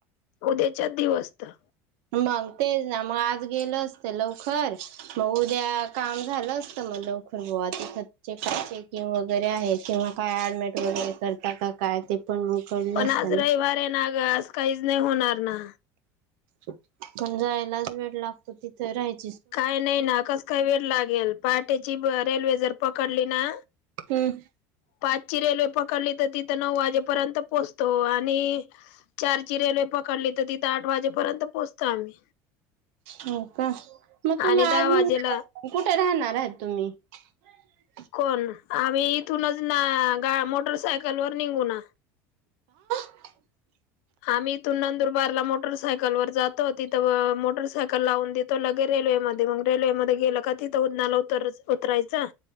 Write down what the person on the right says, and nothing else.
मगते मग आज गेलं असत लवकर मग उद्या काम झालं असत मग लवकर बुवा. कच्चे कचे किं वगैरे आहे. किंवा काय अऍडमेट वगैरे करताात का? काय? ते. पण मग कळलं
असतं
ना
पण, जायलाच वेळ लागतो. तिथे राहायच,
तहम
हो, का मग तुम्ही
आज
कुठे राहणारह तुम्ही? हम् हम्
<unintelligible>